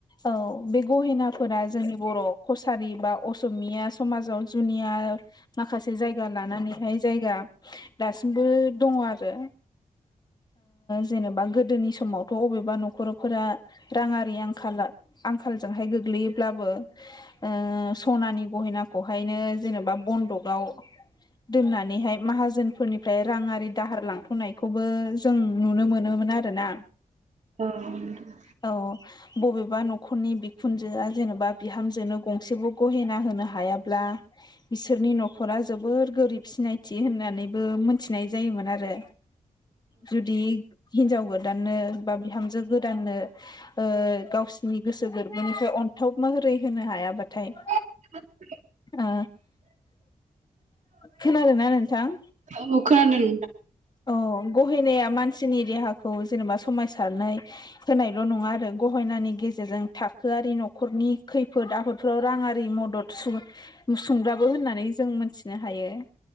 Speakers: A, on the left (about 30°); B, on the right (about 60°).
A: औ बे गहेनाफोरा जोंनि बर' कसारि बा असमिया समाजाव जुनिया माखासे जायगा लानानैहाय जायगा दासिमबो दङ' आरो। जेनेबा गोदोनि समावथ' अबेबा न'खरफोरा राङारि आंखाला आंखालजोंहाय गोग्लैयोब्लाबो ओ सनानि गहेनाखौहायनो जेनेबा बन्दकआव दोननानैहाय माहाजोनफोरनिफ्राय राङारि दाहार लांथ'नाय खौबो जों नुनो मोनोमोन आरोना।
B: औ नोंथा।
A: औ बबेबा न'खरनि बिखुनजोआ जेनेबा बिहामजोनो गंसेबो गहेना होनो हायाब्ला बिसोरनि न'खरा जोबोर गोरिब सिनायथि होननानैबो मोनथिनाय जायोमोन आरो। जुदि हिनजाव गो‌ दाननो बा बिहामजो गोदाननो ओ गावसोरनि गोसो-गोरबोनिफ्राय अनथोब मह रै होनो हायाबाथाय
B: औ।
A: ओ खोनादोंना नोंथां?
B: औ खोनादों।
A: अ गहेनाया मान मानसिनि देहाखौ जेनेबा समायसारनाय होनायल' नङा आरो गहेनानि गेजेरजों थाखो आरि न'खरनि खैफोद-आफोदफोराव राङारि मदद सुं सुंग्राबो होननानै जों मोन मिथिनो हायो।